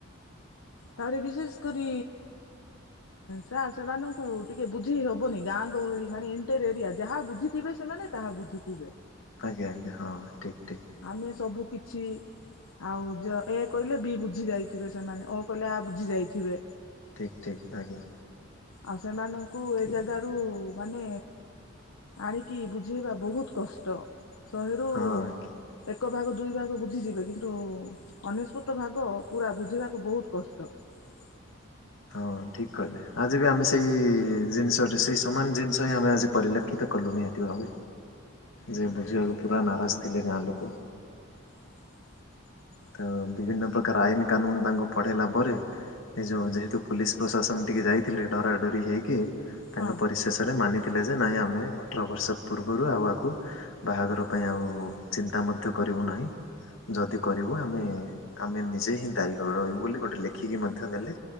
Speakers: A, on the left; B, on the left.
A: ତାପରେ ବିଶେଷ କରି ସାର୍ ସେମାନଙ୍କୁ ଟିକେ ବୁଝେଇ ହବନି, ଗାଁ ଗହଳି ମାନେ ଇଣ୍ଟର ଏରିଆ ଯାହା ବୁଝିଥିବେ ସେ ମାନେ ତାହା ବୁଝିଥୀବେ।
B: ଆଜ୍ଞା ଆଜ୍ଞା ହଁ। ଠିକ୍ ଠିକ୍
A: ଆମେ ସବୁ କିଛି ଆଉ ଯ ଏ କହିଲେ ବି ବୁଝି ଯାଇଥିବେ ସେମାନେ ଅ କହିଲେ ଆ ବୁଝି ଯାଇଥିବେ।
B: ଠିକ ଠିକ ଆଜ୍ଞା।
A: ଆଉ ସେମାନଙ୍କୁ
B: କି
A: ଏ ଜାଗାରୁ ମାନେ ଆଣିକି ବୁଝେଇବା ବହୁତ କଷ୍ଟ। ଶହେରୁ
B: ହଁ।
A: ଏ ଏକ ଭାଗ ଦୁଇ ଭାଗ ବୁଝିଯିବେ କିନ୍ତୁ ଅନେଶ୍ୱତ ଭାଗ ପୁରା ବୁଝିବାକୁ ବହୁତ କଷ୍ଟ। ଷ୍ଟ।
B: ହଁ ଠିକ କହିଲେ ଆଜି ବି ଆମେ ସେଇ ଜିନିଷଟି ସେଇ ସମାନ ଜିନିଷ ହିଁ ଆମେ ଆଜି ପରିଲକ୍ଷିତ କଲୁ ନିହାତି ଭାବେ ଯେ ବୁଝିବାକୁ ପୁରା ନାରାଜ ଥିଲେ ଗାଁ ଲୋକ।
A: <inaudible>
B: ତ ବିଭିନ୍ନ ପ୍ରକାର ଆଇନ କାନୁନ ତାଙ୍କୁ ପଢେଇଲା ପରେ ଏଇ ଯୋଉ ଯେହେତୁ ପୋଲିସ୍ ପ୍ରଶାସନ ଟିକେ ଯାଇଥିଲେ ଡରା ଡରି ହେଇକି ତାଙ୍କ
A: ହଁ
B: ପରିଶେଷରେ ମାନି ଥିଲେ ଯେ ନାଇଁ ଆମେ ଅଠର ବର୍ଷ ପୂର୍ବରୁ ଆଉ ଆକୁ ବାହାଘର ପାଇଁ ଆଉ ଚିନ୍ତା ମଧ୍ୟ କ କରିବୁ ନାହିଁ। ଯଦି କରିବୁ ଆମେ ଆମେ ନିଜେ ହିଁ ଦାୟୀ ହ ରହିବୁ ବୋଲି ଗୋଟେ ଲେଖିକି ମଧ୍ୟ ଦେଲେ।